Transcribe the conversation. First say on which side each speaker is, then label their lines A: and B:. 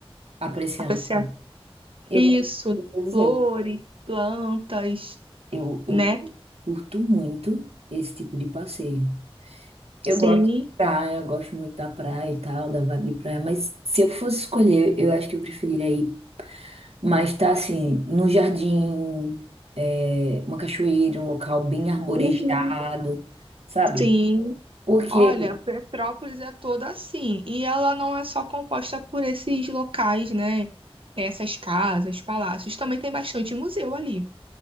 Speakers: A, on the right; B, on the right.
A: apreciar.
B: apreciar
A: Eu
B: isso,
A: vou eu vou dizer,
B: flores, plantas,
A: eu,
B: né?
A: eu curto muito esse tipo de passeio. Eu
B: Sim,
A: gosto de praia, eu gosto muito da praia e tal, da vibe de praia, mas se eu fosse escolher, eu acho que eu preferiria ir mais tá assim, no jardim, é, uma cachoeira, um local bem arborizado,
B: uhum,
A: sabe?
B: sim.
A: Porque
B: Olha, Petrópolis é toda assim. E ela não é só composta por esses locais, né? Essas casas, palácios. Também tem bastante museu ali.